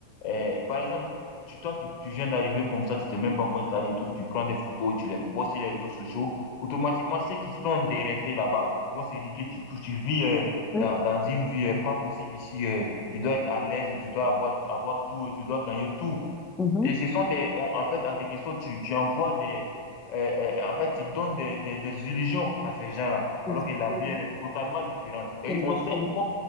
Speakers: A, on the left; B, on the left.
A: euh, par exemple, tu, toi, tu, tu viens d'arriver comme ça, tu t'es même pas encore installé et tout, tu prends des photos, tu les postes sur les réseaux sociaux, automatiquement, ceux qui sont des- restés là-bas vont se dire que tu, tu, tu vis euh,
B: Oui,
A: dans, dans une vie euh, pas possible ici, euh, tu dois être à l'aise et tu dois avoir, avoir tout, et tu dois gagner tout.
B: mhm.
A: Et ce sont des, on- en fait, en quelque sorte, tu, tu envoies des, euh, euh, en fait, tu donnes des, des, des illusions à ces gens-là,
B: Exactement.
A: alors que la vie, elle est totalement différente. Et
B: Exactement.
A: on sait